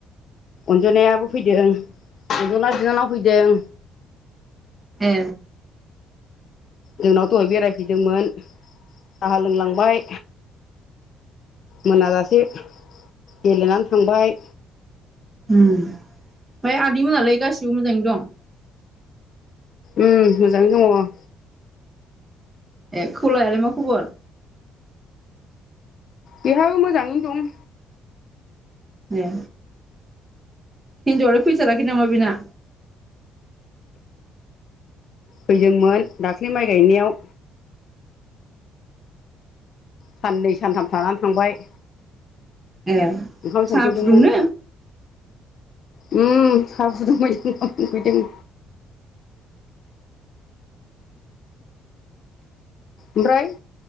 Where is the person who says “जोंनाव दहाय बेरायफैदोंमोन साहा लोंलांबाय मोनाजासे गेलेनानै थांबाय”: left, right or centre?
Left